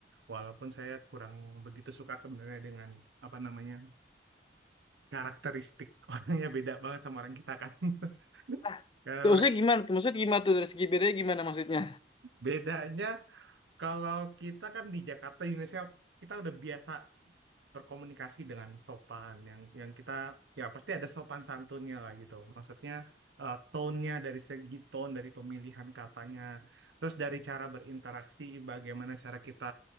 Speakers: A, on the right; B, on the left.
A: Walaupun saya kurang begitu suka sebenarnya dengan apa namanya karakteristik <laughs> orangnya beda banget sama orang kita kan. <laughs>
B: Nah,
A: Karena
B: maksudnya
A: orang-
B: gimana tuh? Maksudnya gimana tuh dari segi bedanya gimana maksudnya?
A: bedanya kalau kita kan di Jakarta di Indonesia kita udah biasa berkomunikasi dengan sopan yang yang kita ya pasti ada sopan santunnya lah gitu. Maksudnya eh, tone-nya dari segi tone dari pemilihan katanya, terus dari cara berinteraksi, bagaimana cara kita